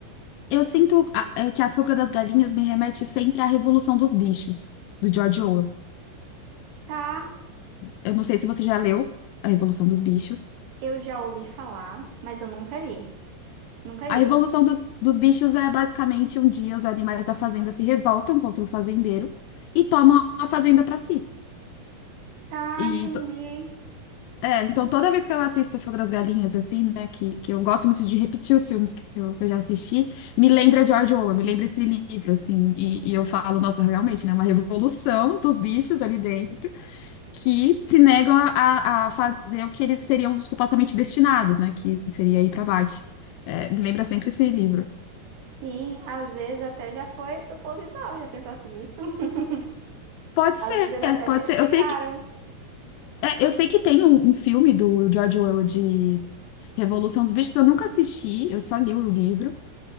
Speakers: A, on the left; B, on the right.
A: Eu sinto a- é, que a fuga das galinhas me remete sempre à Revolução dos Bichos, do George Orwell.
B: Tá,
A: Eu não sei se você já leu A Revolução dos Bichos.
B: eu já ouvi falar, mas eu nunca li. Nunca li.
A: A Revolução dos, dos Bichos é basicamente um dia os animais da fazenda se revoltam contra o fazendeiro e tomam a fazenda para si.
B: Tá,
A: E
B: entendi.
A: É, então toda vez que eu assisto Fogo das Galinhas, assim, né, que, que eu gosto muito de repetir os filmes que eu, que eu já assisti, me lembra George Orwell, me lembra esse livro, assim, e, e eu falo, nossa, realmente, né, uma revolução dos bichos ali dentro que se negam a, a- a fazer o que eles seriam supostamente destinados, né, que seria ir para Marte. É, me lembra sempre esse livro.
B: Sim, às vezes até já foi proposital, já pensasse nisso. <laughs>
A: Pode ser,
B: Às vezes eles até
A: pode
B: se inspiraram.
A: ser. Eu sei que, é, eu sei que tem um, um filme do George Orwell de Revolução dos Bichos, eu nunca assisti, eu só li o livro.